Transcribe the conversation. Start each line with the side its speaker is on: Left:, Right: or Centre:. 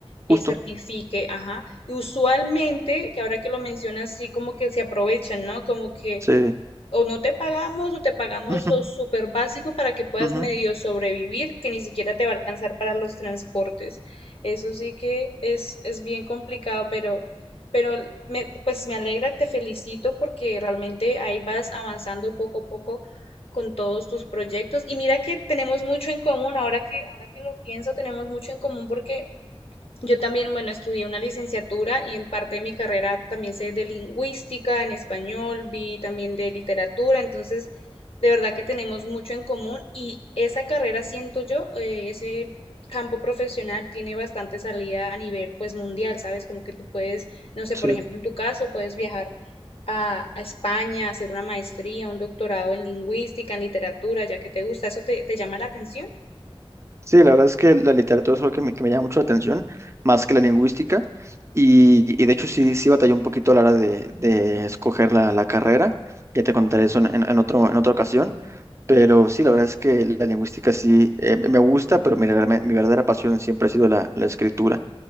Left: eh,
Right: justo,
Left: certifique, ajá. Y usualmente, que ahora que lo mencionas, sí como que se aprovechan, ¿no? Como que
Right: sí.
Left: o no te pagamos o te pagamos
Right: Ujú,
Left: lo súper básico para que puedas
Right: ujú,
Left: medio sobrevivir, que ni siquiera te va a alcanzar para los transportes. Eso sí que es, es bien complicado, pero, pero me- pues me alegra, te felicito porque realmente ahí vas avanzando poco a poco con todos tus proyectos. Y mira que tenemos mucho en común, ahora que, ahora que lo pienso, tenemos mucho en común porque yo también, bueno, estudié una licenciatura y en parte de mi carrera también sé de lingüística en español, vi también de literatura, entonces de verdad que tenemos mucho en común y esa carrera, siento yo, eh, ese campo profesional tiene bastante salida a nivel pues mundial, ¿sabes? Como que tú puedes, no sé,
Right: sí.
Left: por ejemplo, en tu caso, puedes viajar a, a España, hacer una maestría, un doctorado en lingüística, en literatura, ya que te gusta, ¿eso te, te llama la atención?
Right: Sí, la verdad es que la literatura es algo que me, que me llama mucho la atención, más que la lingüística. Y, y de hecho sí, sí batallé un poquito a la hora de, de escoger la, la carrera. Ya te contaré eso en, en- en otro, en otra ocasión. Pero sí, la verdad es que la lingüística sí eh, me gusta, pero mi, verdadera mi verdadera pasión siempre ha sido la, la escritura.